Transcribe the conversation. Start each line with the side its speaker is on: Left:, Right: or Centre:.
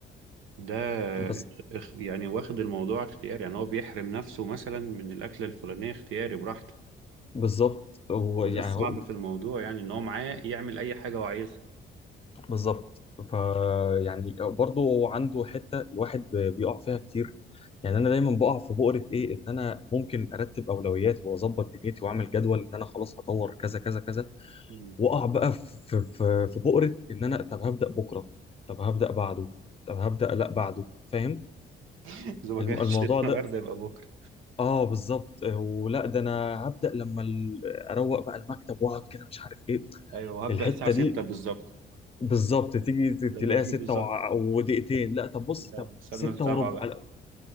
Right: ده
Left: بس
Right: اخ- يعني واخد الموضوع اختياري يعني هو بيحرم نفسه مثلا من الأكلة الفلانية اختياري براحته
Left: بالظبط هو
Right: وده
Left: يعني
Right: الصعب
Left: هو
Right: في الموضوع يعني ان هو معاه يعمل اي حاجة هو عايزها
Left: بالظبط فيعني برضه عنده حته الواحد بيقع فيها كتير يعني انا دايما بقع في بؤره ايه ان انا ممكن ارتب اولويات واظبط دنيتي واعمل جدول ان انا خلاص هطور كذا كذا كذا
Right: مم.
Left: واقع بقى في في في بؤره ان انا طب هبدا بكره طب هبدا بعده طب هبدا لا بعده فاهم
Right: <laughs> اذا ما
Left: الم-
Right: كانش
Left: الموضوع
Right: النهارده
Left: ده
Right: يبقى بكرة
Left: اه بالظبط ولا ده انا هبدا لما ال- اروق بقى المكتب واقعد كده مش عارف ايه
Right: ايوه هبدأ
Left: الحته
Right: الساعة 6
Left: دي
Right: بالظبط
Left: بالظبط تيجي ت-
Right: لما
Left: تلاقيها
Right: تيجي
Left: ستة
Right: بالظبط
Left: وع- ودقيقتين لا طب بص
Right: لا،
Left: طب
Right: نستنى
Left: ستة
Right: السبعة
Left: وربع
Right: بقى
Left: لا،